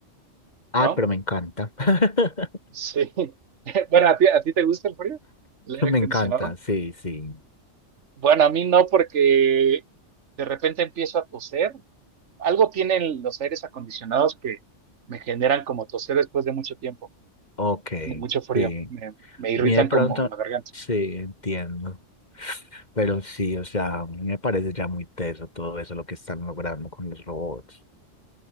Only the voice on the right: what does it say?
¿no?
Sí. <laughs> Bueno, ¿a ti, a ti te gusta el frío? ¿El aire acondicionado?
Bueno, a mí no, porque de repente empiezo a toser. Algo tienen los aires acondicionados que me generan como toser después de mucho tiempo,
de mucho frío.
Me, me irritan
como la garganta.